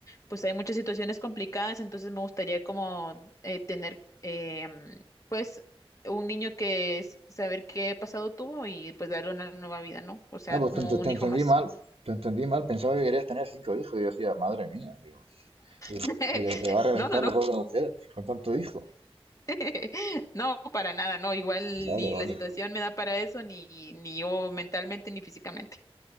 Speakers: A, on the left (about 35°); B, on the right (about 70°).
A: pues hay muchas situaciones complicadas, entonces me gustaría como eh, tener, em, pues, un niño que s- saber qué pasado tuvo y pues darle una nueva vida, ¿no? O sea,
B: Ah, pues
A: como
B: te, ent-
A: un
B: te
A: hijo
B: entendí
A: más.
B: mal. Te entendí mal. Pensaba que querías tener cinco hijos. Y yo decía, madre mía. Digo, digo,
A: <laughs>
B: digo, se va a reventar
A: No, no, no.
B: la pobre mujer con tanto hijo.
A: <laughs> No, para nada, no. Igual
B: Vale,
A: ni
B: vale.
A: la situación me da para eso, ni, ni yo mentalmente ni físicamente.